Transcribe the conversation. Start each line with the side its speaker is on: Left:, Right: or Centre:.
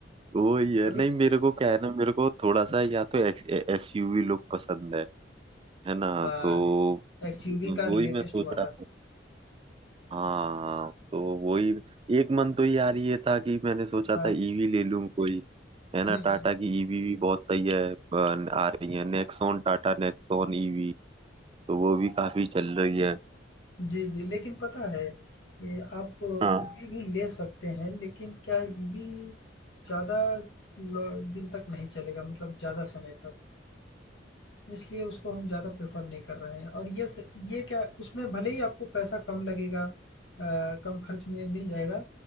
Right: वो ये
Left: अभी
Right: नहीं मेरे को क्या है ना मेरे को थोड़ा सा या तो एसयूवी लुक पसंद है है ना
Left: हाँ
Right: तो
Left: एक्सयूवी का
Right: वही
Left: लेटेस्ट
Right: मैं सोच
Left: वाला
Right: रहा था हाँ तो वही एक मन तो यार ये था कि मैंने सोचा
Left: हाँ
Right: था ईवी ले लूं कोई है ना
Left: हम्म हम्म
Right: टाटा की ईवी भी बहुत सही है अ, आ रही है नेक्सॉन टाटा नेक्सॉन ईवी तो वो भी काफी चल रही है
Left: जी जी लेकिन पता है ये आप
Right: हाँ
Left: ईवी भी ले सकते हैं लेकिन क्या ईवी ज़्यादा दिन तक नहीं चलेगा मतलब ज़्यादा समय तक इसलिए उसको हम ज़्यादा प्रेफ़र नहीं कर रहे हैं और ये स ये क्या उसमें भले ही आपको पैसा कम लगेगा अ, कम खर्च में मिल जाएगा,